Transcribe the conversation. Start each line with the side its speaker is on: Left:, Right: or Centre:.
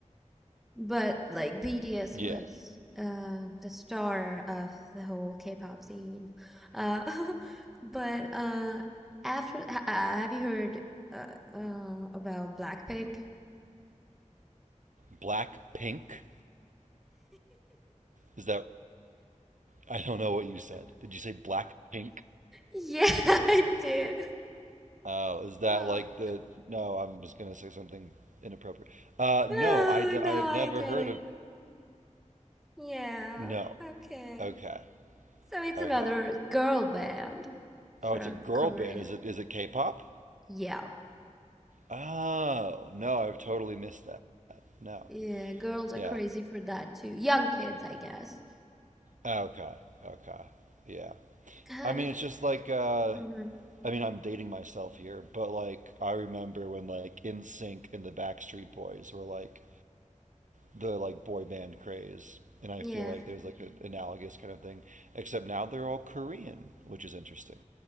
Centre: But like BTS
Right: Yeah.
Centre: was uh the star of the whole K-pop scene. Uh <laughs> but uh after ha uh, have you heard uh, uh about Blackpink? <laughs>
Right: Black Pink? Is that I don't know what you said. Did you say Black Pink?
Centre: Yeah, I did.
Right: Oh, is that
Centre: Oh.
Right: like the no, I'm just gonna say something inappropriate. Uh no,
Centre: Oh,
Right: I d I've
Centre: now I
Right: never
Centre: get
Right: heard
Centre: it.
Right: of
Centre: Yeah.
Right: no.
Centre: Okay.
Right: Okay.
Centre: So it's
Right: Okay.
Centre: another girl band
Right: Oh,
Centre: from
Right: it's a girl
Centre: Korea.
Right: band. Is it is it K-pop?
Centre: Yeah.
Right: Oh, no, I've totally missed that. No.
Centre: Yeah, girls are
Right: Yeah.
Centre: crazy for that too. Young kids, I guess.
Right: Okay. Okay. Yeah.
Centre: Kind
Right: I mean,
Centre: of.
Right: it's just like uh
Centre: hmm
Right: I mean, I'm dating myself here, but like I remember when like NSYNC and the Backstreet Boys were like the like boy band craze, and I
Centre: Yeah,
Right: feel like there's like an analogous kind of thing, except now they're all Korean, which is interesting.